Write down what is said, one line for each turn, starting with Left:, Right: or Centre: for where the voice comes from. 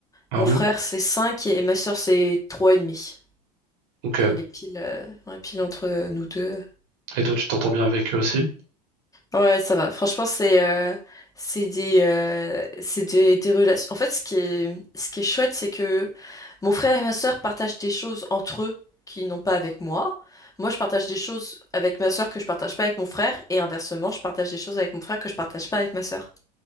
Right: ah
Left: Mon
Right: ouais?
Left: frère, c'est 5 et ma sœur, c'est trois et demi.
Right: Ok.
Left: Elle est pile, euh, ouais, pile entre nous deux.
Right: Et toi, tu t'entends bien avec eux aussi?
Left: Ouais, ça va. Franchement, c'est euh, c'est des euh, c'est des, des relations. En fait, ce qui est ce qui est chouette, c'est que mon frère et ma sœur partagent des choses entre eux qu'ils n'ont pas avec moi. Moi, je partage des choses avec ma sœur que je partage pas avec mon frère, et inversement, je partage des choses avec mon frère que je partage pas avec ma sœur.